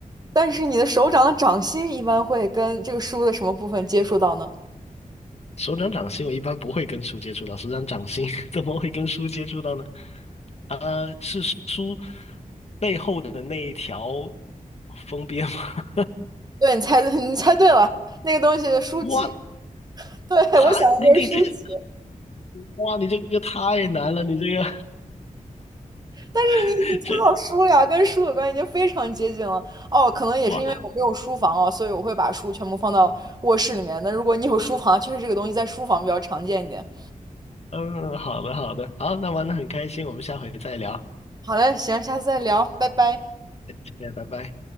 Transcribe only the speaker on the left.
手掌掌心我一般不会跟书接触到，手掌掌心 <laughs> 怎么会跟书接触到呢？呃，是书背后的那一条封边吗？
<laughs> 哇，
他你你这个，
哇，你这个太难了，你这个
<laughs> 这
哇，
嗯，好的好的，好，那玩的很开心，我们下回再聊。
再见，拜拜。